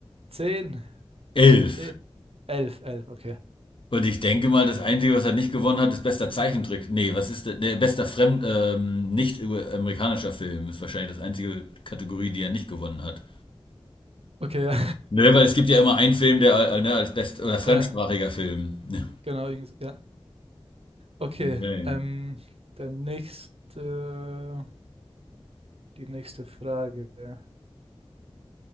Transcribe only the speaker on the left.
Elf.
Und ich denke mal, das Einzige, was er nicht gewonnen hat, ist bester Zeichentrick. Nee, was ist der? Nee, bester fremd, ähm, nicht amerikanischer Film ist wahrscheinlich das einzige Kategorie, die er nicht gewonnen hat.
Nö, weil es gibt ja immer einen Film, der äh, ne, als best oder fremdsprachiger
Film. Ja.
Okay.